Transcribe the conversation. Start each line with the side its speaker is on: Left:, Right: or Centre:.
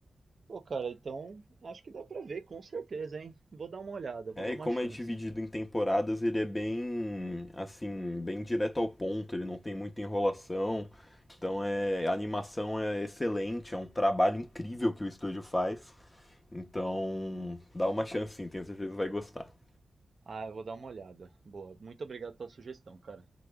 Right: Pô, cara, então acho que dá pra ver, com certeza, hein? Vou dar uma olhada, vou
Left: É,
Right: dar
Left: e
Right: uma
Left: como
Right: chance.
Left: é dividido em temporadas, ele é bem, assim, bem direto ao ponto, ele não tem muita enrolação. Então é, a animação é excelente, é um trabalho incrível que o estúdio faz. Então, dá uma chance sim, tenho certeza que vai gostar.
Right: Ah, eu vou dar uma olhada. Boa. Muito obrigado pela sugestão, cara.